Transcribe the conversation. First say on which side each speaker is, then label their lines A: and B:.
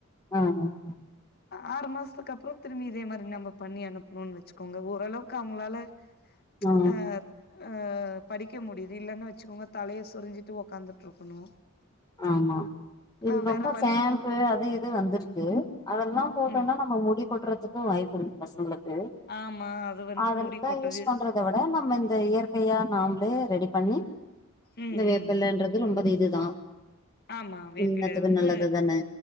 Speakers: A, on the left; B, on the left.
A: ஆ ஆ <unintelligible>
B: ஆறு மாசத்துக்கு அப்றோ திரும்பி இதே மாரி நம்ம பண்ணி அனுப்பணுன்னு வெச்சுக்கோங்க ஓரளவுக்கு அவுங்களால ச்
A: ஆ
B: அஹ் ஆ படிக்க முடியுது இல்லனு வச்சுக்கோங்க தலைய சொரிஞ்சிட்டு உக்காந்துட்டு இருக்கணு
A: ஆமா இதுக்கு
B: ஆ வேற
A: ரொம்ப
B: வழி
A: ஷாம்பு
B: இல்
A: அது இது வந்திருக்கு அதெல்லா போட்டோம்னா
B: ம்
A: நம்ம முடி கொட்டுறதுக்கு வாய்ப்புருக்கு பசங்களுக்கு
B: ஆமா அது வந்து
A: அதுலாதா
B: முடி கொட்டுது
A: யூஸ் பண்றத விட நம்ம இந்த இயற்கையா நாம்ளே ரெடி பண்ணி
B: ம்
A: இந்த வேப்பல்லன்றது
B: ம்
A: ரொம்ப இது தா
B: ஆமா வேப்பில
A: இன்னத்துக்கு
B: வந்து
A: நல்லது தானே